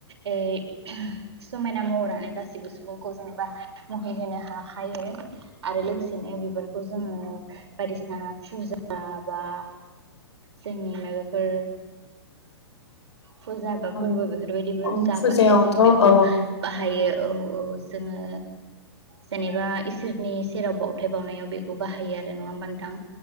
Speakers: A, on the right; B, on the left.
A: ओ समायना महरानो गासैबो सुबुंखौ जेनोबा मुहि होनो हा हायो आरो लोगो सेनो बिबारखौ जोङो बायदिसिना फुजा बा जोंनि माबाफोर फुजा बा
B: औ
A: फोरबो बेफोरबायदिबो
B: औ
A: जाबाथाय
B: फुजायावथ'
A: जोङो
B: औ
A: बेखौ
B: औ
A: बाहायो। औ औ जोङो जेनोबा इसोरनि सेराव बावथाय बावनायाव बेखौ बाहायो आरो नङा होमबा नोंथां?